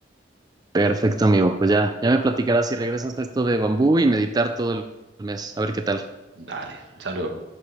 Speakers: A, on the right; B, on the right.
A: Perfecto, amigo, pues ya, ya me platicarás si regresas a esto de bambú y meditar todo el mes, a ver qué tal.
B: Dale, un saludo.